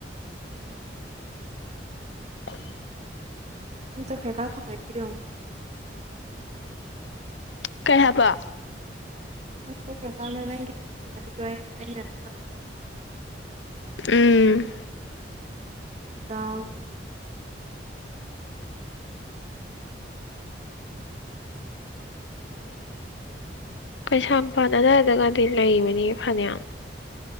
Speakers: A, on the right; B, on the left.
A: ꯎꯝ
B: <inaudible>
A: <unintelligible>
B: ꯀꯩ ꯍꯥꯏꯕ
A: <unintelligible>
B: ꯎꯝ
A: ꯗꯥꯎ
B: ꯀꯩꯁꯥꯝꯄꯥꯠ ꯑꯗꯨꯋꯥꯏꯗꯒꯗꯤ ꯂꯩꯕꯅꯦ ꯐꯅꯌꯥꯝ